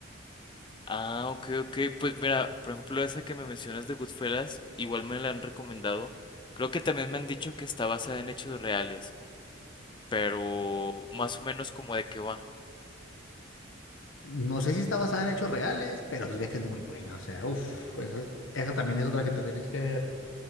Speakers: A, on the left; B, on the left.
A: Ah, ok, ok. Pues mira, por ejemplo, esa que me mencionas de Goodfellas, igual me la han recomendado. Creo que también me han dicho que está basada en hechos reales, pero más o menos como de qué va.
B: No sé si está basada en hechos reales, pero sí sé que es muy buena. O sea, uff, esa, esa también es otra que te tienes que ver.